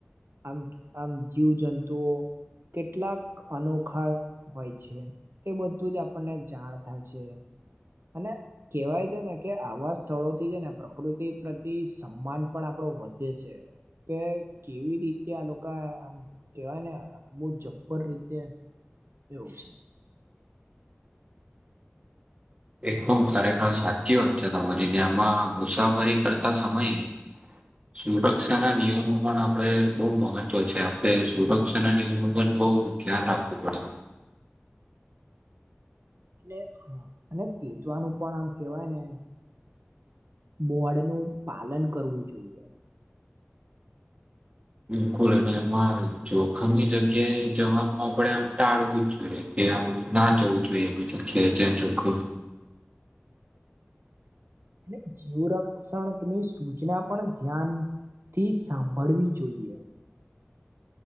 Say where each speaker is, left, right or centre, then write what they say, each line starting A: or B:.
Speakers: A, on the right (about 65°); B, on the right (about 30°).
A: આમ આમ જીવ જંતુઓ. કેટલાક અનોખા હોય છે. તે બધું જ આપણને જાણ થાય છે. અને કેહેવાય છે ને કે આવા સ્થળોથી છે ને પ્રકૃતિ પ્રતિ સન્માન પણ આપડો ઓ વધે છે. કે કેવી રીતે આ લોકા આમ કેવાય ને આ બહુ જઝ્પર રીતે. લોજ.
B: એકદમ ખરેખર સાચી વાત છે તમારીને આમાં મુસાફરી કરતા સમય. સુરક્ષા ના નિયમો પણ આપડે બહુ મહત્વ છે આપણે સુરક્ષાના નિયમનું પણ. બહુ ધ્યાન રાખતું પડે.
A: <inaudible> અને હા અને ચીતવાનું પણ આમ કેહેવાય ને. મોડ નું પાલન કરવું જોઈએ.
B: બિલકુલ અને એમાં જોખમી જગ્યાએ જવાનું આપણેે આમ ટાળવું જોઈએ. એ આમના જવું જોઈએ બીજું કે જે જોખ.
A: અને જીવ રક્ષણની સૂચના પણ ધ્યાન થી સાંભળવી જોઈએ